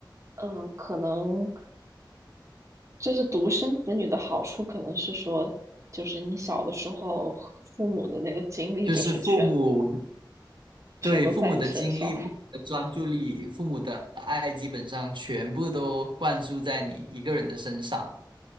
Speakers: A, on the right; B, on the right.
A: 呃，可能就是独生子女的好处，可能是说，就是你小的时候父母的那个精力就是全
B: 就是父母。
A: 全都在你身上，
B: 对，父母的精力、父母的专注力、
A: <laughs>
B: 父母的爱，基本上全部都灌输在你一个人的身上